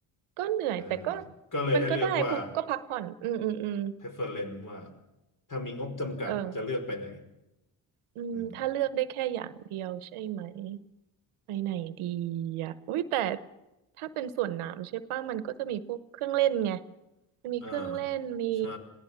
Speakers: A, on the right; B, on the left.
A: ก็เหนื่อยแต่ก็
B: เออก็เลยให้เลือกว่า
A: มันก็ได้พูก็พักผ่อนอืมอืมอืม
B: preference ว่าถ้ามีงบจำกัดจะเลือกไปไหน
A: เออ อืมถ้าเลือกได้แค่อย่างเดียวใช่ไหม
B: อืม
A: ไปไหนดีอ่ะอุ้ยแต่ถ้าเป็นสวนน้ำใช่ป่ะมันก็จะมีพวกเครื่องเล่นไงมันมีเครื่องเล่นมี
B: อ่าใช่